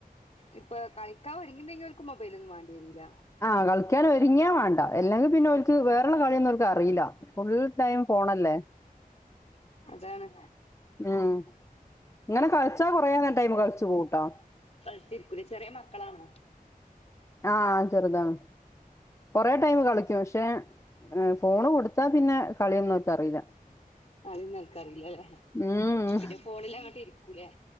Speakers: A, on the left (about 45°); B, on the left (about 20°).
A: ഇപ്പൊ കളിക്കാ ഒരിങ്ങീണങ്കി ഓര്ക്ക് മൊബൈലൊന്നും മാണ്ട്യേരൂല.
B: ആഹ് കളിക്യാനോരുങ്ങിയാ വാണ്ട. അല്ലെങ്കി പിന്നെ ഒൽക്ക് വേറള്ള കളിയൊന്നു ക്കറീല ഫുൾ ടൈം ഫോണെല്ലേ
A: അതാണ്
B: ഉം ഇങ്ങനെ കള്ച്ചാ കൊറേന്നെ ടൈമ് കള്ച്ചു പോവുട്ടാ
A: കളിച്ച് ഇര്ക്കുലെ. ചെറ്യേ മക്കളാണ്.
B: ആഹ് ചെറ്താണ്. കൊറേ ടൈമ് കളിക്കും പഷേ ഫോണ് കൊട്ത്താ പിന്നെ കളിയൊന്ന് ഓർക്കറീല്ല.
A: കളിയൊന്നോൽക്കറീല്ലലെ
B: ഉം
A: പിന്നെ ഫോണിലങ്ങ്ട്ട് ഇരിക്കുലെ